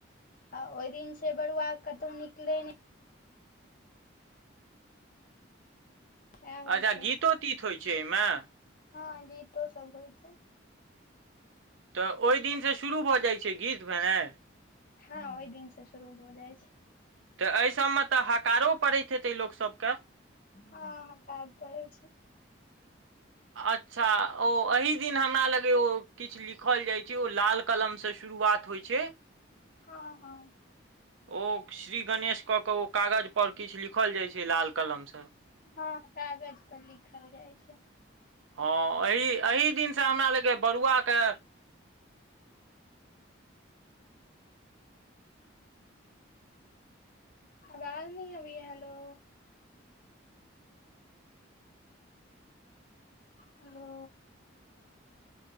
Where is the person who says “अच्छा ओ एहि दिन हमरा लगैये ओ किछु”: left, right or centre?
Right